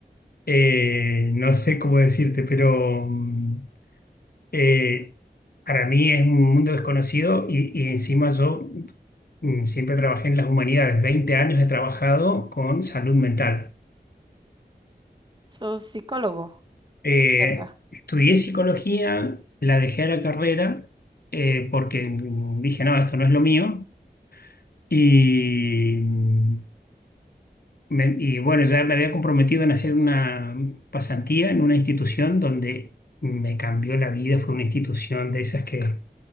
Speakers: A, on the left; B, on the right.
A: eh, no sé cómo decirte, pero... mm, eh, para mí es un mundo desconocido y, y encima yo mm, siempre trabajé en las humanidades. 20 años he trabajado con salud mental.
B: Sos psicólogo.
A: Eh,
B: psiquiatra.
A: estudié psicología, la dejé a la carrera eh, porque mm, dije, no, esto no es lo mío. Y, mm, me- y bueno, ya me había comprometido en hacer una pasantía en una institución donde me cambió la vida. Fue una institución de esas que